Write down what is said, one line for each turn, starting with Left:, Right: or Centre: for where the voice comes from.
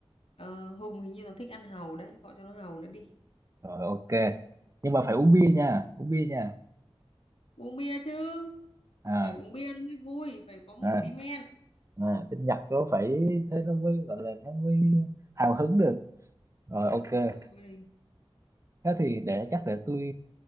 Left: Ờ, Hùng hình như nó thích ăn hàu đấy, gọi cho nó hàu nữa đi.
Right: rồi ok nhưng mà phải uống bia nha uống bia nha
Left: Uống bia chứ,
Right: à,
Left: phải uống bia nó mới vui, phải có một
Right: à,
Left: tí men.
Right: à sinh nhật nó phải thế nó mới gọi là nó mới hào hứng được rồi ok
Left: Đúng rồi.
Right: thế thì để chắc để tôi